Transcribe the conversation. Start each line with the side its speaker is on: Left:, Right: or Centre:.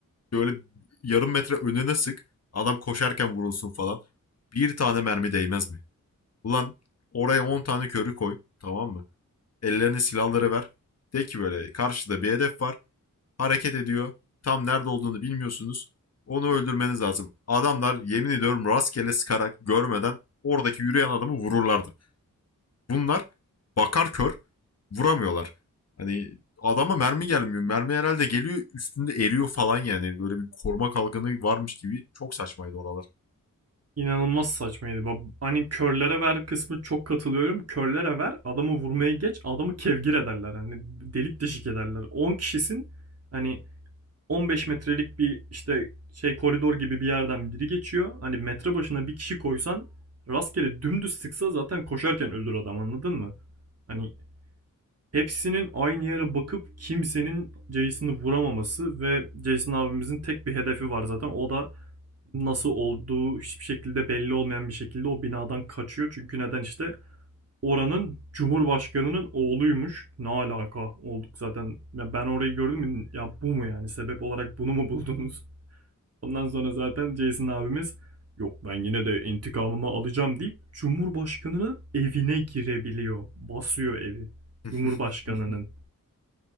Left: Böyle yarım metre önüne sık. Adam koşarken vurulsun falan. Bir tane mermi değmez mi? Ulan oraya 10 tane körü koy. Tamam mı? Ellerine silahları ver. De ki böyle karşıda bir hedef var. Hareket ediyor. Tam nerede olduğunu bilmiyorsunuz. Onu öldürmeniz lazım. Adamlar yemin ediyorum rastgele sıkarak görmeden oradaki yürüyen adamı vururlardı bunlar bakar kör vuramıyorlar. Hani adama mermi gelmiyor. Mermi herhalde geliyor üstünde eriyor falan yani. Böyle bir koruma kalkanı varmış gibi. Çok saçmaydı oralar.
Right: İnanılmaz saçmaydı. Ba- Hani körlere ver kısmı çok katılıyorum. Körlere ver, adamı vurmaya geç, adamı kevgir ederler. Hani delik deşik ederler. 10 kişisin hani 15 metrelik bir işte şey koridor gibi bir yerden biri geçiyor. Hani metre başına bir kişi koysan rastgele dümdüz sıksa zaten koşarken ölür adam anladın mı? Hani Hepsinin aynı yere bakıp kimsenin Jason'ı vuramaması ve Jason abimizin tek bir hedefi var zaten. O da nasıl olduğu hiçbir şekilde belli olmayan bir şekilde o binadan kaçıyor. Çünkü neden işte oranın cumhurbaşkanının oğluymuş. Ne alaka olduk zaten. Ya ben orayı gördüm mü? Ya bu mu yani? Sebep olarak bunu mu buldunuz? Ondan sonra zaten Jason abimiz yok ben yine de intikamımı alacağım deyip cumhurbaşkanının evine girebiliyor. Basıyor evi.
Left: <laughs>
Right: Cumhurbaşkanının.